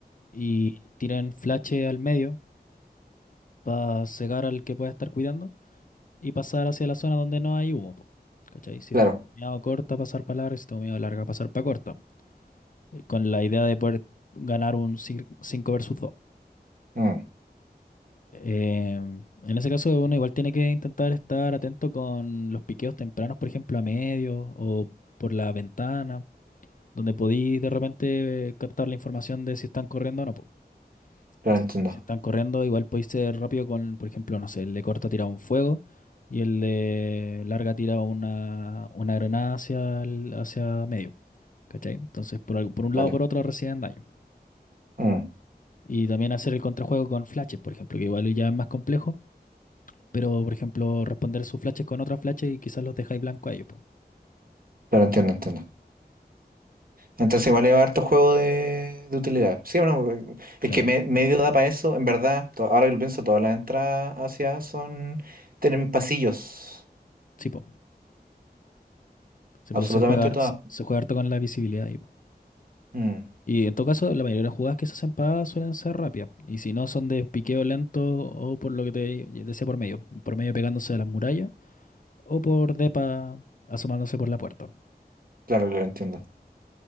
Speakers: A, on the left; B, on the right.
A: y tiren flash al medio para cegar al que pueda estar cuidando y pasar hacia la zona donde no hay humo, po, ¿cachai? Si
B: Claro,
A: está humeado corta, pasar para larga, si está humeado larga, pasar para corta. eh, con la idea de poder ganar un 5 versus 2.
B: mm,
A: Em, en ese caso, uno igual tiene que intentar estar atento con los piqueos tempranos, por ejemplo, a medio o por la ventana, donde podéis de repente eh, captar la información de si están corriendo o no. po.
B: claro,
A: Y si,
B: entiendo.
A: si están corriendo, igual podéis ser rápido con, por ejemplo, no sé, el de corta tira un fuego y el de larga tira una, una granada hacia, el- hacia medio. ¿Cachai? Entonces, por, algo- por un
B: Vale,
A: lado o por otro reciben daño.
B: mm,
A: Y también hacer el contrajuego con flashes, por ejemplo, que igual ya es más complejo, pero por ejemplo, responder sus flashes con otras flashes y quizás los dejáis blanco a ellos, po.
B: claro, entiendo, entiendo. Entonces,
A: Y
B: igual lleva harto juego de, de utilidad. Sí, bueno, eh, es
A: claro,
B: que me, medio da para eso, en verdad. to- Ahora que lo pienso, todas las entradas hacia son. tienen pasillos.
A: sí, po. Sí,
B: Absolutamente
A: pues, se juega, har-
B: todas.
A: se se juega harto con la visibilidad ahí, po.
B: Mm,
A: Y en todo caso, la mayoría de las jugadas que se hacen pagadas suelen ser rápidas. Y si no, son de piqueo lento o por lo que te decía por medio. Por medio pegándose a las murallas o por depa asomándose por la puerta.
B: claro, claro, entiendo.